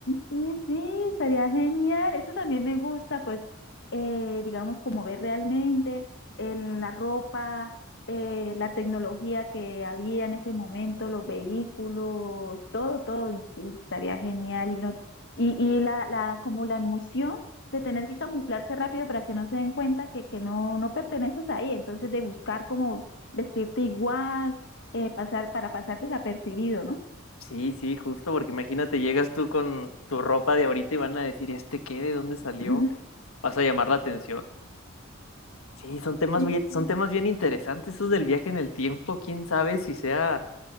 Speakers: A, on the left (about 60°); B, on the left (about 80°).
A: sí, sí, estaría genial. Eso también me gusta, pues, eh, digamos, como ver realmente en la ropa, eh, la tecnología que había en ese momento, los vehículos, todo, todo, y, sí, estaría genial. Y, uno- y, y la, la, como la emoción de tener que camuflarse rápido para que no se den cuenta que, que no, no perteneces ahí, entonces de buscar como vestirte igual, eh, pasar, para pasar desapercibido, ¿no?
B: Sí, sí, justo, porque imagínate, llegas tú con tu ropa de ahorita y van a decir, ¿este qué? ¿De dónde salió?
A: Ujú.
B: Vas a llamar la atención. Sí, son temas
A: Sí,
B: bien, son
A: sí.
B: temas bien interesantes, esos del viaje en el tiempo. ¿Quién sabe si sea